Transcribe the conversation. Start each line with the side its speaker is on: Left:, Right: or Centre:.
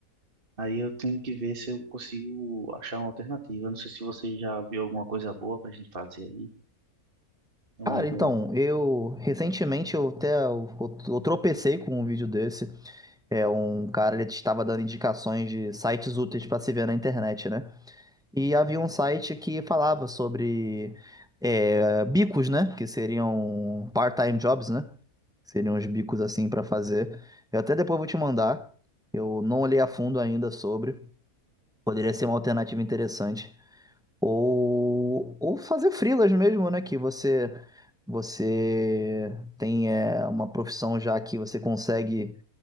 Right: Aí eu tenho que ver se eu consigo achar uma alternativa. Não sei se você já viu alguma coisa boa pra gente fazer aí. É Uma
Centre: Cara,
Right: ideia.
Centre: então, eu recentemente eu até eu, eu tropecei com um vídeo desse. É um cara ele estava dando indicações de sites úteis para se ver na internet, né? E havia um site que falava sobre é, bicos, né? Que seriam part-time jobs, né? Seriam uns bicos assim para fazer. Eu até depois vou te mandar. Eu não olhei a fundo ainda sobre. Poderia ser uma alternativa interessante. Ou, ou fazer freelas mesmo, né? Que você você tem é, uma profissão já que você consegue